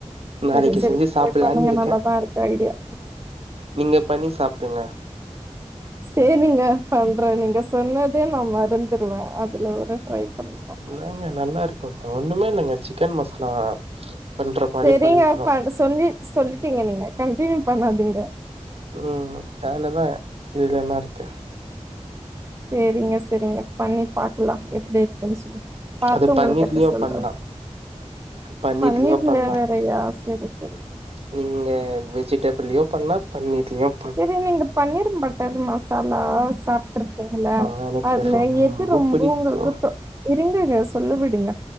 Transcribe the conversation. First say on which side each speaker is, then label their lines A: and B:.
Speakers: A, on the right (about 55°); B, on the right (about 25°).
A: நாளைக்கு
B: செரி செரி
A: செஞ்சு சாப்பிடலான்னு
B: ட்ரை பண்ணுங்க
A: இருக்கேன்.
B: நல்லாதா இருக்கு ஐடியா
A: நீங்க பண்ணி சாப்டுங்க
B: சேரிங்க பண்ற நீங்க சொன்னதே நா மறந்துடுவ அதுல ஒரு ட்ரை பண்ணலாமா
A: ன்னாங்க நல்லா இருக்குங்க ஒண்ணுமே இல்லங்க சிக்கன் மசாலா பண்ற மாரி
B: செரிங்க
A: பண்ணிக்கணும்.
B: ப சொல்லி சொல்லிட்டீங்க நீங்க கண்டினியூ பண்ணாதீங்க
A: ம் வேலதா இதுல என்ன இருக்கு
B: சேரிங்க செரிங்க பண்ணி பாக்கலா எப்டி இருக்குன் சொல்லி பாத்து
A: அது
B: உங்கள்கட்ட
A: பன்னீர்லயும்
B: சொல்ற
A: பண்ணலாம். பன்னீர்லயும்
B: பனீர்லவே
A: பண்ணலாம்.
B: அப்டியா செரி செரி
A: நீங்க வெஜிடபிள்ளயு பண்லா பனீர்லயு
B: செரி நீங்க பனீர் பட்டர் மசாலாஸ் பாத்ருப்பிங்கல்ல
A: ஆ எனக்கு
B: அதுல எது ரொம்ப
A: பிடிக்கும்.
B: உங்களுக்கு தொ இருங்கங்க சொல்ல விடுங்க